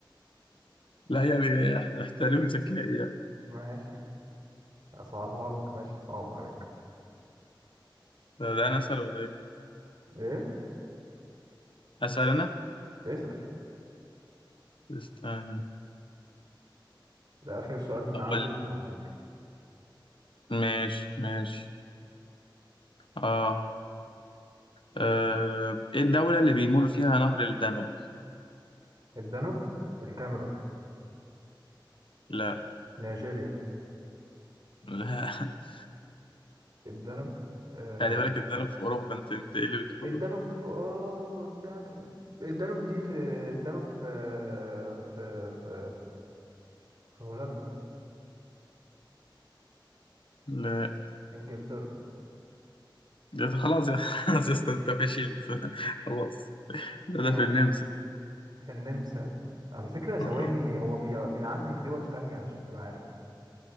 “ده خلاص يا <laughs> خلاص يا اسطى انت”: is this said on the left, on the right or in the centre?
Left